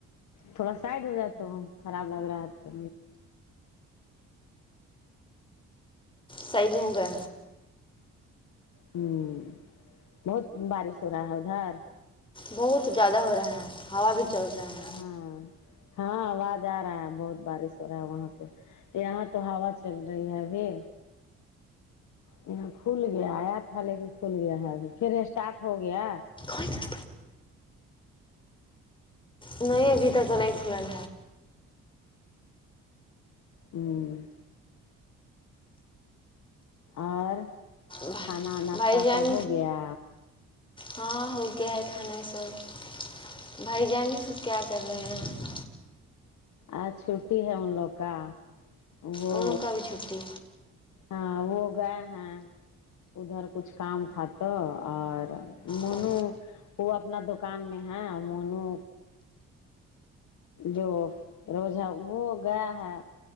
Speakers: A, on the left (about 70°); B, on the left (about 15°).
A: تھوڑا سائڈ ہو جاؤ تو خراب لگ رہا ہے تو
B: سائڈ ہوگے
A: ہوں بہت بارش ہو رہا ہے ادھر
B: بہت زیادہ ہو رہے ہیں ہوا بھی چل رہا ہیں
A: ہاں ہاں آواز آ رہا ہے بہت بارش ہو رہا ہے وہاں پہ یہاں تو ہوا چل رہی ہے ابھی یہاں کھل گیا آیا تھا لے کے کھل گیا ہے پھر اسٹارٹ ہو گیا
B: ہے نہیں ابھی تک تو نہیں کھلا ہے
A: ہوں اور
B: بھا-
A: کھانا ناشتہ
B: بھائی جان
A: سب ہو گیا
B: ہاں ہو گیا ہے کھانا سب بھائی جان سب کیا کر رہے ہیں
A: آج چھٹی ہے ان لوگ کا وہ
B: ان کا بھی چھٹی
A: ہاں وہ گیے ہیں ادھر کچھ کام تھا تو اور مونو
B: او
A: وہ اپنا دکان میں ہے مونو جو روز ہے وہ گیا ہے